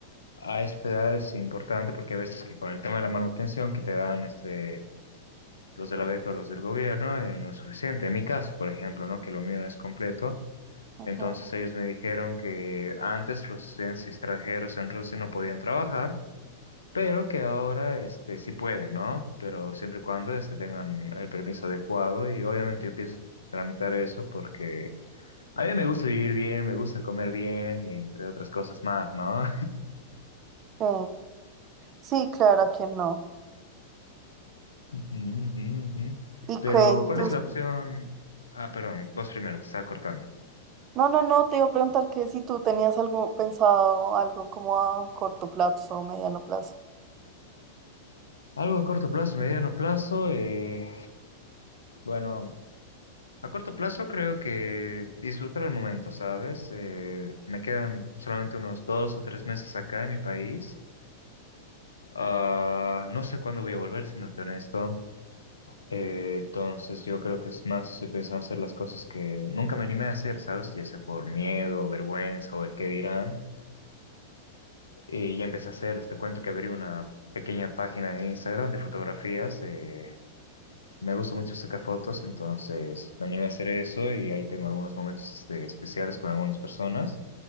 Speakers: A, on the left; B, on the right.
A: a esta edad es importante porque a veces que con el tema de la manutención que te dan este los de la beca o los del gobierno, eh, no es suficiente. En mi caso, por ejemplo, ¿no? Que lo mío es completo.
B: Ajá.
A: Entonces ellos me dijeron que antes los estudiantes extranjeros en Rusia no podían trabajar, pero que ahora este, sí pueden, ¿no? Pero siempre y cuando este, tengan el permiso adecuado y obviamente yo pienso tramitar eso porque a mí me gusta vivir bien, me gusta comer bien y entre otras cosas más, ¿no?
B: Sí, sí, claro, ¿a quién no?
A: <laughs> Ujú, ujú, ujú.
B: Y
A: Pero
B: que y
A: ¿cuál
B: tus...
A: es la opción? Ah, perdón, vos primero, te estaba cortando.
B: No, no, no, te iba a preguntar que si tú tenías algo pensado, algo como a corto plazo o mediano plazo.
A: Algo a corto plazo y mediano plazo, eh, bueno, a corto plazo creo que disfrutar el momento, ¿sabes? Eh, me quedan solamente unos dos o tres meses acá en mi país. Ah, no sé cuándo voy a volver, siéndote honesto. Eh, entonces yo creo que es más, estoy pensando hacer las cosas que nunca me animé a hacer, ¿sabes? Ya sea por miedo, vergüenza o el qué dirán. Y ya empecé a hacerlas. Te cuento que abrí una pequeña página de Instagram de fotografías. Eh, Me gusta mucho sacar fotos, entonces me animé a hacer eso y ahí tengo algunos momentos este, especiales con algunas personas.